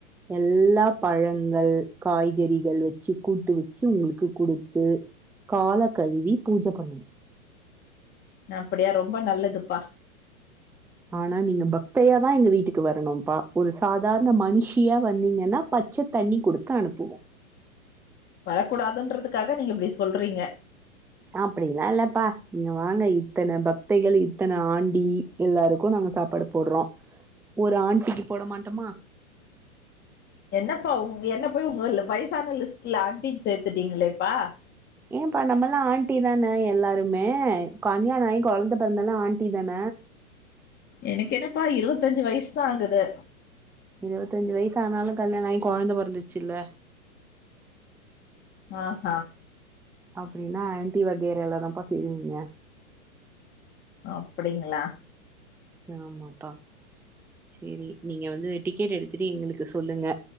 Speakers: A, in the centre; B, on the left.
A: எல்லா பழங்கள் காய்கறிகள் வச்சு கூட்டு வச்சு உங்களுக்கு குடுத்து கால கழுவி பூஜ பண்ணுவோ
B: அப்டியா ரொம்ப நல்லதுப்பா
A: ஆனா நீங்க பக்தையாதா எங்க வீட்டுக்கு வரணும்ப்பா ஒரு சாதாரண மனுஷியா வந்தீங்கன்னா பச்சத்தண்ணி குடுத்து அனுப்புவோ
B: வரக்கூடாதுன்றதுக்காக நீங்க இப்டி சொல்றீங்க
A: அப்டில்லா இல்லப்பா நீங்க வாங்க இத்தனை பக்தைகள் இத்தன ஆண்டி எல்லாருக்கு நாங்க சாப்பாடு போடுறோ ஒரு ஆன்டிக்கு போட மாட்டோமா
B: என்னப்பா உங்க என்ன போய் உங்க வயசான லிஸ்ட்ல ஆன்ட்டின்னு சேத்துட்டீங்களேப்பா
A: ஏம்ப்பா நம்மளா ஆன்டி தான எல்லாருமே கல்யாண ஆகி கொழந்த பெறந்தாள ஆன்டி தான
B: எனக்கென்னப்பா இருபத்தஞ்சு வயசு தா ஆகுது
A: இருபத்தஞ்சு வயசுனாலு கல்யாண ஆகி கொழந்த பெறந்துச்சுல்ல
B: ஆ ஆ
A: அப்டின்னா ஆன்டி வகையிரால்ல தாப்ப சேருவீங்க
B: அப்டிங்ளா
A: ஆமாப்பா சேரி நீங்க வந்து டிக்கெட் எடுத்துட்டு எங்களுக்கு சொல்லுங்க